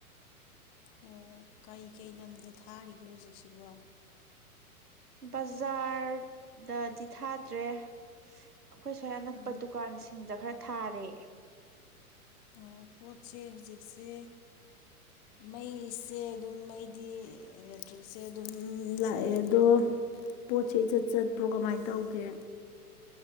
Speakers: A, on the left; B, on the right.
A: ꯑꯣ ꯀꯩꯀꯩ ꯂꯝꯗ ꯊꯥꯔꯤꯒꯦ ꯍꯧꯖꯤꯛꯁꯤꯕꯣ
B: ꯕꯖꯥꯔꯗꯗꯤ ꯊꯥꯗ꯭ꯔꯦ ꯑꯩꯈꯣꯏ ꯁ꯭ꯋꯥꯏ ꯑꯅꯛꯄ
A: ꯎꯝ
B: ꯗꯨꯀꯥꯟꯁꯤꯡꯗ ꯈꯔ ꯊꯥꯔꯦ
A: ꯑꯣ ꯄꯣꯠꯁꯦ ꯍꯧꯖꯤꯛꯁꯦ ꯃꯩꯁꯦ ꯑꯗꯨꯝ ꯃꯩꯗꯤ ꯏꯂꯦꯛꯇ꯭ꯔꯤꯛꯁꯦ ꯑꯗꯨꯝ ꯂꯥꯛꯑꯦ ꯑꯗꯣ ꯄꯣꯠꯁꯦ ꯏꯆꯠ ꯆꯠꯄ꯭ꯔꯣ ꯀꯃꯥꯏꯅ ꯇꯧꯒꯦ